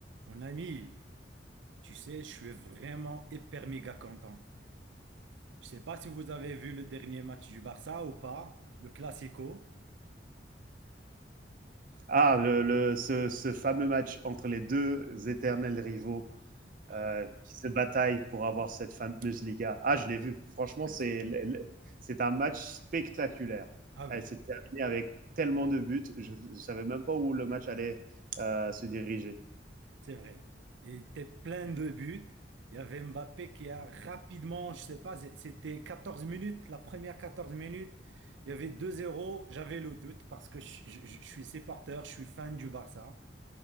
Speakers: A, on the right (about 85°); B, on the right (about 50°).
A: Mon ami, tu sais, je suis vraiment hyper méga content. Je sais pas si vous avez vu le dernier match du Barça ou pas, le Classico.
B: Ah, le, le- ce, ce fameux match entre les deux éternels rivaux
A: Ah
B: euh,
A: oui,
B: qui se bataillent pour avoir cette fameuse Liga. Ah, je l'ai vu. Franchement,
A: merci.
B: c'est c'est un match spectaculaire.
A: Ah oui,
B: Elle s'est terminée avec tellement de buts. Je ne savais même pas où le match allait euh, se diriger.
A: c'est vrai. Et était plein de buts. Il y avait Mbappé qui a rapidement, je sais pas, c'est- c'était 14 minutes, la première 14 minutes. Il y avait deux zéro. J'avais le doute parce que je, je- je suis supporter, je suis fan du Barça.